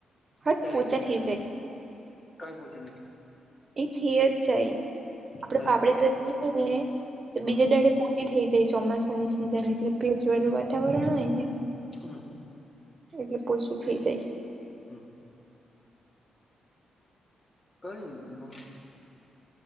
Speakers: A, on the right; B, on the left.
A: હટ
B: ચલેગી
A: પોચા થઈ જાય
B: કઈ પહોંચી ન
A: એ થીય જ જાય આપડે
B: ચાલ
A: પાપડે
B: આગળ
A: તોને તો
B: હમ
A: બીજા દાડે પી <inaudible> થઈ જાય ચોમાસાની સિઝન એટલે ભેજવાળું વાતાવરણ હોય ને
B: હમ્મ
A: એટલે પોછું થઇ જાય.
B: હમ્મ કઈ નહી એમાં હુ